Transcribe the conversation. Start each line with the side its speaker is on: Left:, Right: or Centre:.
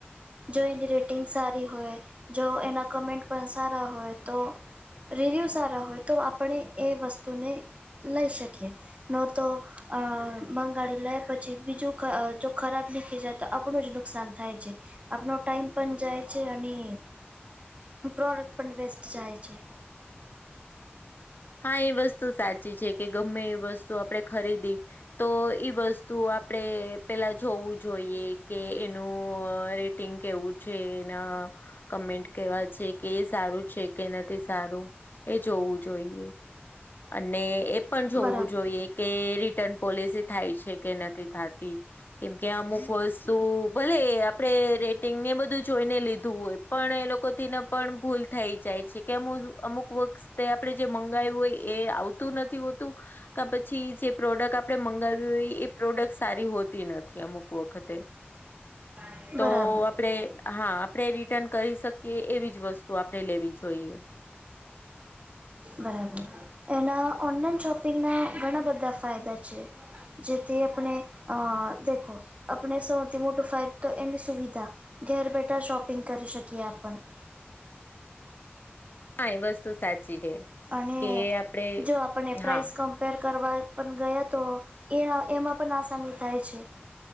Right: જો એની રેટિંગ સારી હોય જો એના કમેન્ટ પણ સારા હોય તો રિવ્યૂ સારા હોય તો આપણે એ વસ્તુને લઈ શકીએ ન તો અ મંગાડી લે પછી બીજું જો ખરાબ નીકળી જાય તો આપણું જ નું નુકસાન થાય છે આપનું ટાઈમ પણ જાય છે અને પ્રોડક્ટ પણ વેસ્ટ જાય છે.
Left: હા એ વસ્તુ સાચી છે કે, ગમે એ વસ્તુ આપડે ખરીદી તો ઈ વસ્તુ આપડે પેલા જોઈએ કે એનું રી ટીંગ કેવું છે ન કમેન્ટ કેવા છે કે એ સારું છે કે નથી સારું એ જોવું જોઈએ અને એ પણ જોવું
Right: બરાબર
Left: જોઈએ કે રી ટન પોલિસી થાય છે કે નથી થાતી કેમકે અમુક વસ્તુ ભલે આપડે રેટિંગને બધું જોઈને લીધું હોય પણ એ લોકો થી ને પણ ભૂલ થઈ જાય છે કે અમુક વખતે પડે જે મંગાયવું હોય એ આવતું નથી હોતું કા પછી જે પ્રોડક્ટ આપડે મંગાવી હોય એ પ્રોડક્ટ સારી હોતી નથી અમુક વખતે
Right: <inaudible>
Left: તો
Right: બરાબર
Left: આપ પડે હા આપડે રિટર્ન કરી શકીએ એવી વસ્તુ આપડે લેવી જોઈએ.
Right: બરાબર એના ઓનલાઈન શોપિંગના ઘણા બધા ફાયદા છે. જેથી આપણે અ દેખો આપણે સૌથી મોટો ફાઈદો તો એની સુવિધા ઘેર બેઠા શોપિંગ કરી શકીએ આપણ
Left: હા એ વસ્તુ સાચી છે.
Right: અને
Left: કે આપડે
Right: જો આપણને પ્રાઇસ
Left: હા
Right: કમ પેર કરવા પણ ગયા તો એ એમાં પણ આસાની થાય છે.